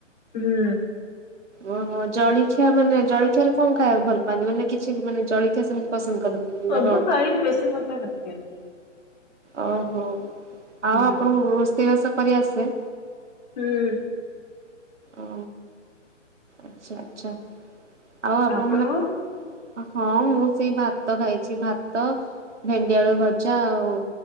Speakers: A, on the left (about 35°); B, on the right (about 65°).
A: ହୁଁ।
B: ଓହୋ ଜଳଖିଆ ମାନେ ଜଳଖିଆରେ କଣ ଖାଇବାକୁ ଭଲ ପାଆନ୍ତି ମାନେ କିଛି ମାନେ ଜଳଖିଆ ସେମିତି ପସନ୍ଦ? କରନ୍ତିନି
A: ସବୁ
B: ନା କଣ?
A: ଖାଇ ବେଶୀ <unintelligible>
B: ଓହୋ। ଆଉ
A: ହୁଁ
B: ଆପଣଙ୍କୁ ରୋଷେଇ ବାସ? କରି ଆସେ।
A: ହୁଁ।
B: ଓ ଆଚ୍ଛା ଆଚ୍ଛା। ଆଉ ଆପଣ
A: ଆପଣଙ୍କ?
B: ମାନେ କ ହଁ ମୁଁ ସେଇ ଭାତ ଖାଇଛି ଭାତ ଭେଣ୍ଡିଆଳୁ ଭଜା ଆଉ